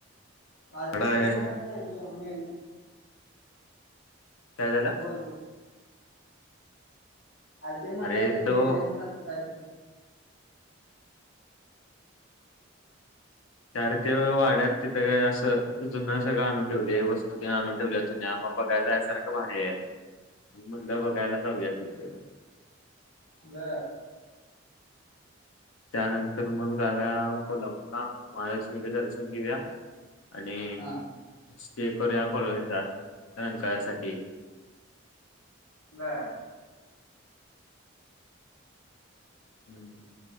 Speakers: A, on the left; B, on the left.
A: आज
B: वाडा आहे.
A: तुम्हालाही करायचा होता मेल.
B: काय झालं?
A: बोलू आरं ते म्हणलायेत
B: अरे तो
A: म्युझियम सारखं कायते.
B: त्या रे त्यो वाड्यात तिथे असं जुन सगळं आणून ठेवले वस्तू त्या आणून ठेवल्या जुन्या. बघाय जायसारखं भारीये मुल्ल बघायला जाऊया तिथं.
A: जा
B: त्यानंतर मग जाऊया कोल्हापूरला महालक्ष्मीचे दर्शन घेऊया. आणि
A: हा.
B: स्टे करूया आपण याच्यात रंकाळ्यासाठी.
A: बरं
B: हम्म